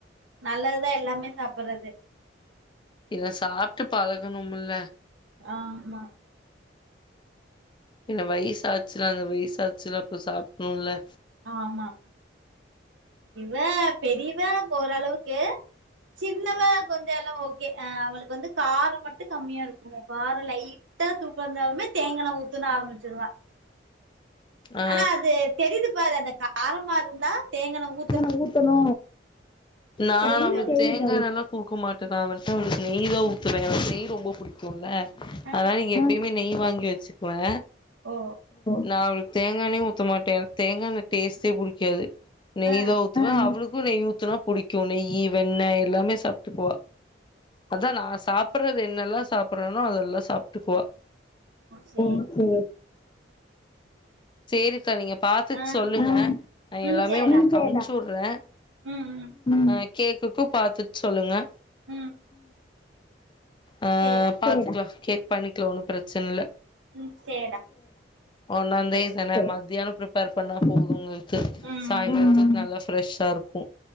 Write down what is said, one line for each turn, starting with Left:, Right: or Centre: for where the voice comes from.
Right: நல்லதுதா எல்லாமே சாப்புறது
Left: இத சாப்ட்டு பழகணும்ல
Right: ஆமா
Left: இந்தமாரி சாய்ச்சுன்னா இந்த மாரி சாய்ச்சுனா அப்ப சாப்ணுல
Right: ஆமா இவ பெரியவ அங்க ஓரளவுக்கு சின்னவக்கு வந்து எல்லா ஓகே அ அவளுக்கு வந்து காரோ மட்டு கம்மியா இருக்கனு காரோ லைட் ட்டா தூக்கு இருந்தாலுமே தேங்கா எண்ணெ ஊத்துன்னு ஆரம்பிச்சிருவா
Left: ஆ
Right: ஆனா அது தெரிது பாரு அந்த காரமா இருந்தா தேங்கா எண்ணெ ஊத்
Left: எண்ணெ ஊத்தணு அப்டினு
Right: தெரியுது அவளுக்கு
Left: தெரிது அவளுக்கு குடுக்க மாட்டேதா அவன்ட வந்து அவளுக்கு நெய் தா ஊத்துவே ஏனா நெய் ரொம்ப புடிக்கும்ல
Right: ஆ
Left: அதா இங்க எப்பயுமே நெய் வாங்கி வச்சுக்குவே
Right: ஓ
Left: நா அவளுக்கு தேங்கா எண்ணெயே ஊத்த மாட்டே தேங்கா எண்ணெ டேஸ்ட்டே புடிக்காது நெய்
Right: ஆ
Left: தா ஊத் அவளுக்கு நெய்ஊத்துனா புடிக்கு நெய்யி வெண்ணெ எல்லாமே சாப்டுக்குவா அதா நா சாப்றது என்னெல்லா சாப்றேனோ அதெல்லா சாப்டுக்குவா
Right: சேரி
Left: ஓ
Right: சேரி
Left: செரி செரி டர் நீங்க பாத்து
Right: ஆ
Left: சொல்லுங்க நா
Right: ம்
Left: எல்லாரு
Right: சேர்டா
Left: உங்களுக்கு அனுப்சுடுறே
Right: ம் ம்
Left: நா கேட்டுட்டு பாத்துட்டு சொல்லுங்க
Right: ம்
Left: அ
Right: சேர்டா
Left: பாத்துக்லா கேக் பண்ணிக்கலா ஒண்ணு பிரச்சன இல்ல
Right: ம் சேர்டா
Left: ஒன்னாந்தேதன
Right: சேரி
Left: மத்தியானோ ப்ரிப்பேர் பண்ணா போது உங்களுக்கு
Right: ம்
Left: சாயங்கரத்துக்கு
Right: ம்
Left: நல்லா ஃப்ரெஷ்ஷா இருக்கு